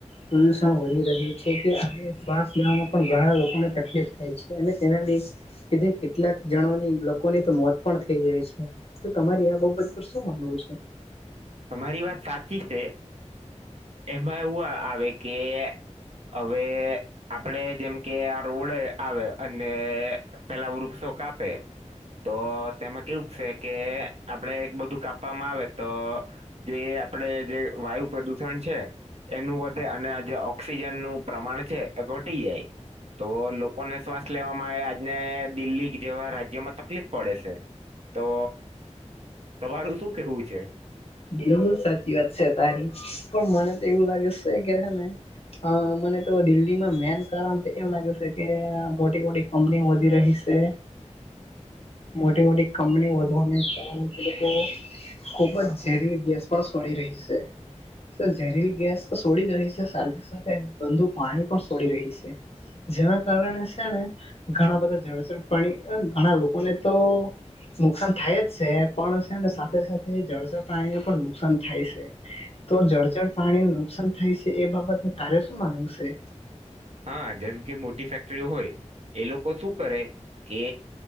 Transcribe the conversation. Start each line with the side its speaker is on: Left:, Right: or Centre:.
Left: પ્રદુષણ વધી રહ્યું છે કે આજે ઘણા લોકોને તકલીફ થાય છે અને તેનાથી. કીધી કેટલાક જણની લોકોની તો મોત પણ થઈ જાય છે. તો તમારે આ બાબત પર શું માનવું છે?
Right: તમારી વાત સાચી છે. એમાં એવું આવે કે હવે આપડે, જેમ કે આ રોડ આવે, અને પેલા વૃક્ષો કાપે. તો તેમાં કેવું છે કે, આપડે એક બધું કાપવામાં આવે, તો જે આપડે જે વાયુ પ્રદુષણ છે. એનું વધે, અને જે ઓક્સિજન નું પ્રમાણ છે, એ ઘટી જાય. તો લોકોને શ્વાસ લેવામાં, આજને દિલ્હી જેવા રાજ્યોમાં, તકલીફ પડે છે. તો તમારું શું કેવું છે?
Left: બિલકુલ સાચી વાત છે તારી, પણ મને તો એવું લાગે છે કે હ ને હ, મને તો દિલ્હીમાં મેન કારણ તો એમ લાગે છે કે મોટી મોટી અમલી વધી રહી છે. મોટી મોટી કંપની વધવાની, કે લોકો ખુબ જ શરીરની ગ્યાસ પણ સોળી રહી છે. સર, ઝેરીલી ગેસ તો સોડી જ રહી છે, સાથે સાથે ગદુ પાણી પણ સોડી રહી છે.
Right: હ. <unintelligible>
Left: જેના કારણે છે ને, ઘણા બધા જળચર, પાણી, ઘણા લોકોને તો નુકસાન થાય જ છે, પણ છે ને, સાથે સાથે જળ જર પાણીને પણ નુકસાન થાય છે. તો જળચર જળ પાણીને નુકસાન થાય છે, એ બાબત તારે શું માનવું છે?
Right: હા જેમ કે મોટી ફેક્ટરીઓ હોય એ લોકો શું કરે કે